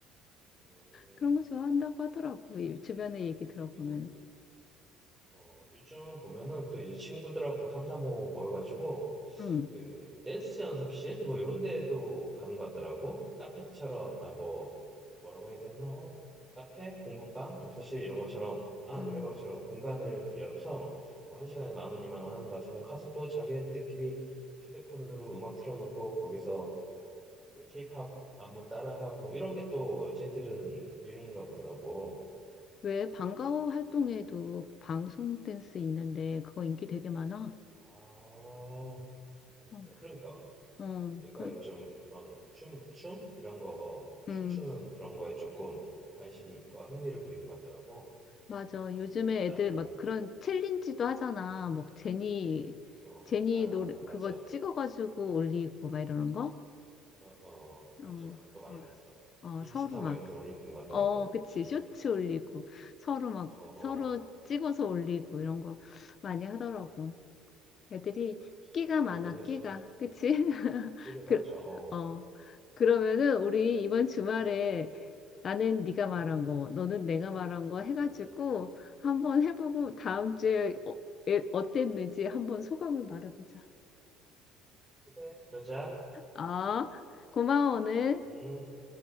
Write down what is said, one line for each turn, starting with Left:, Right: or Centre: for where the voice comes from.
Centre: 음.
Left: 그런 거 좋아한다고 하더라고. 이 주변에 얘기 들어보면.
Centre: 그리고, 어, 요즘 보면은 또 이제 친구들하고 삼삼오오 모여가지고,
Left: 응.
Centre: 그, 댄스 연습실? 뭐, 이런 데도 가는 것 같더라고. 카페처럼, 아, 뭐, 뭐라고 해야 되나? 카페, 공부방, 독서실 이런 것처럼 아
Left: 음.
Centre: 노래방처럼 공간을 빌려서 뭐한 시간에 만 원, 이만 원 하는 것 같은데 카스프 자기들끼리 휴대폰으로 음악 틀어놓고 거기서 그 케이팝 안무 따라하고 뭐 이런 게 또 여자애들은 유행인가 보더라고.
Left: 왜 방과후 활동에도
Centre: 음.
Left: 방송 댄스 있는데 그거 인기 되게 많아?
Centre: 아,
Left: 어.
Centre: 진짜 그러니까
Left: 어.
Centre: 얘가
Left: 그
Centre: 요즘 그런 춤, 춤 이런 거 춤추는
Left: 음.
Centre: 그런 거에 조금 관심과 흥미를 보이는 것 같더라고.
Left: 맞아. 요즘에
Centre: 어, 나는
Left: 애들 막
Centre: 뭐,
Left: 그런 챌린지도 하잖아. 뭐 제니,
Centre: 어,
Left: 제니
Centre: 아,
Left: 노래,
Centre: 맞아.
Left: 그거 찍어가지고 올리고 막 이러는 거?
Centre: 어, 어, 맞아.
Left: 어,
Centre: 그거 많이
Left: 어,
Centre: 봤어.
Left: 어,
Centre: 인스타
Left: 서로
Centre: 뭐
Left: 막,
Centre: 이런 데 올리는 것 같더라고.
Left: 어, 그치.
Centre: 친구들끼리.
Left: 쇼츠 올리고, 서로 막,
Centre: 어, 어.
Left: 서로 찍어서 올리고 이런 거 많이 하더라고.
Centre: 음,
Left: 애들이 끼가
Centre: 참 많이
Left: 많아,
Centre: 변했어.
Left: 끼가. 그치?
Centre: 음,
Left: <laughs>
Centre: 그래, 맞아.
Left: 그,
Centre: 어.
Left: 어. 그러면은 우리 이번 주말에 나는 네가 말한
Centre: 음,
Left: 거, 너는 내가 말한 거 해가지고
Centre: 음,
Left: 한번 해보고 다음
Centre: 음.
Left: 주에 어, 에- 어땠는지 한번 소감을 말해보자.
Centre: 그래, 그러자.
Left: 아, 고마워, 오늘.
Centre: 음,